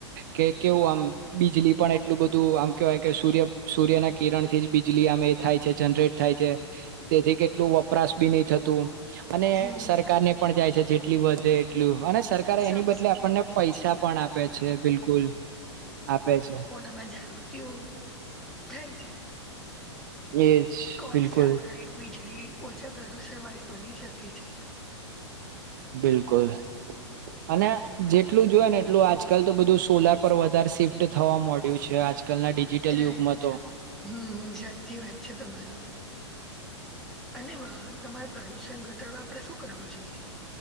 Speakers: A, on the right (about 40°); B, in the centre.
A: કે કેવું આમ. બીજલી પણ એટલું બધું આમ કેહેવાય કે સૂર્ય સૂર્યના કિરણ થી જ બીજલી આમ થાય છે. જનરેટ. થાય છે. તેથી કેટલું વપરાશ બી નહી થતું અને
B: હમ
A: સરકાર ને પણ જાય છે. જેટલી વધે એટલું અને સરકારે
B: સબસીડી
A: એની બદલે આપણને
B: વધે
A: પૈસા
B: છે
A: પણ આપે છે. બિલકુલ આપે છે.
B: એમાં જાગૃતિઓ થાય છે.
A: એજ.
B: કોલ
A: બિલકુલ
B: છે આધારિત વીજળી ઓછા પ્રદુષણ વાળી બની શકે છે.
A: બિલકુલ અને જેટલું જોય ને એટલું આજકાલ તો બધું સોલાર પર વધારે શિફ્ટ થવા મળડ્યું છે. આજકાલના ડિજિટલ
B: રાઈટ
A: યુગમાં તો
B: હમ હ સાચી વાત છે તમારી. અને વાહન તમારે પ્રદુષણ ઘટાડવા આપડે શું કરવું જોઈએ.